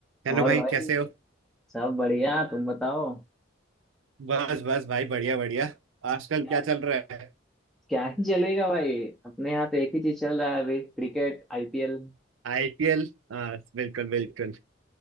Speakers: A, on the right (about 85°); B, in the centre.
A: हेलो
B: और
A: भाई
B: भाई
A: कैसे हो
B: सब बढ़िया तुम बताओ
A: बस बस भाई बढ़िया बढ़िया आजकल
B: क्या
A: क्या चल रहा है
B: क्या ही चलेगा भाई अपने यहाँ तो एक ही चीज चल रहा है अभी क्रिकेट आईपीएल
A: आईपीएल हाँ बिल्कुल बिल्कुल